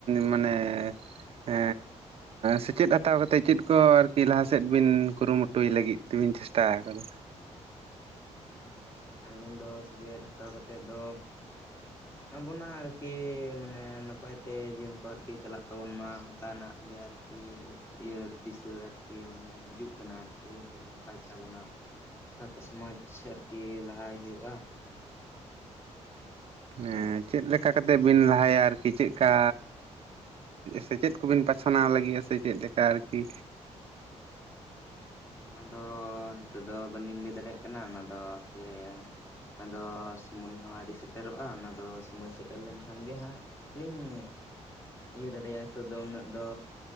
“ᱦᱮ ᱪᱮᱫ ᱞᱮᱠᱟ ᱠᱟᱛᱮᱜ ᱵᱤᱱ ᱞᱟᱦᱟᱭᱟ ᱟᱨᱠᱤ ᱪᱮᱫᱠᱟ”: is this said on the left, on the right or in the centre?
Right